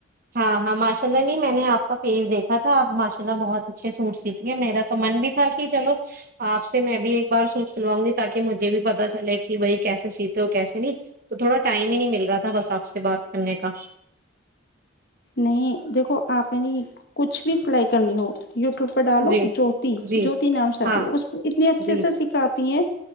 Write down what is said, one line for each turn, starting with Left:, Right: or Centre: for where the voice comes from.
Right: ہاں ہاں ماشاء اللہ نہیں میں نے آپ کا پیج دیکھا تھا آپ ماشاء اللہ بہت اچھے سوٹ سیتی ہیں میرا تو من بھی تھا کہ چلو آپ سے میں بھی ایک بار سوٹ سلواؤں گی تاکہ مجھے بھی پتہ چلے کہ بھائی کیسے سیتے ہو کیسے نہیں تو تھوڑا ٹائم ہی نہیں مل رہا تھا بس آپ سے بات کرنے کا
Left: نہیں دیکھو آپ نےنی کچھ بھی سلائی کرنی ہو یو ٹیوب پر ڈالو
Right: جی
Left: جوتی
Right: جی
Left: جوتی نام سے آتی
Right: ہاں
Left: ہے اس پ اتنی اچھے
Right: جی
Left: سے سکھاتی ہیں